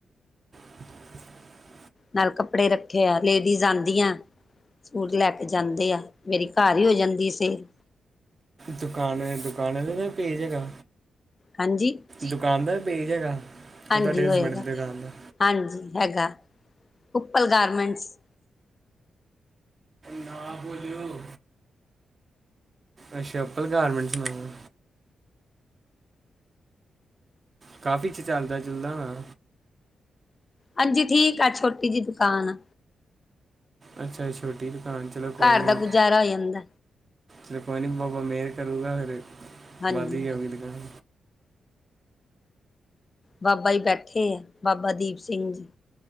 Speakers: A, on the right; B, on the left.
A: <inaudible>
B: ਨਾਲ ਕੱਪੜੇ ਰੱਖੇ ਆ, ਲੇਡੀਜ਼ ਆਉਂਦੀਆਂ। ਸੂਟ ਲੈ ਕੇ ਜਾਂਦੇ ਆ, ਮੇਰੀ ਘਰ ਹੀ ਹੋ ਜਾਂਦੀ ਸੇਲ।
A: ਦੁਕਾਨ, ਦੁਕਾਨ ਵਾਲੇ ਦਾ ਪੇਜ ਹੈਗਾ।
B: ਹਾਂਜੀ।
A: ਦੁਕਾਨ ਦਾ ਪੇਜ ਹੈਗਾ।
B: ਹਾਂਜੀ
A: ਤੁਹਾਡੇ ਹਸਬੈਂਡ
B: ਹੋਏਗਾ,
A: ਦੀ ਦੁਕਾਨ ਦਾ
B: ਹਾਂਜੀ ਹੈਗਾ। ਉੱਪਲ ਗਾਰਮੈਂਟਸ।
A: ਨਾ ਬੋਜੋ। ਅੱਛਾ। ਅਪਲ ਗਾਰਮੈਂਟਸ ਨਾਮ ਹੈ। ਕਾਫੀ ਚ' ਚੱਲਦਾ- ਚੁੱਲਦਾ ਹਾਂ।
B: ਹਾਂਜੀ ਠੀਕ ਆ ਛੋਟੀ ਜਿਹੀ ਦੁਕਾਨ ਆ।
A: ਅੱਛਾ ਛੋਟੀ ਦੁਕਾਨ ਚਲੋ ਕੋਈ
B: ਘਰ
A: ਨਹੀਂ।
B: ਦਾ ਗੁਜ਼ਾਰਾ ਹੋ ਜਾਂਦਾ
A: ਚਲੋ ਕੋਈ ਨੀ ਬਾਬਾ ਮਿਹਰ ਕਰੂਗਾ ਫੇਰ,
B: ਹਾਂਜੀ
A: ਵੱਧ ਹੀ ਜਾਊਗੀ ਦੁਕਾਨ।
B: ਬਾਬਾ ਜੀ ਬੈਠੇ ਆ, ਬਾਬਾ ਦੀਪ ਸਿੰਘ ਜੀ।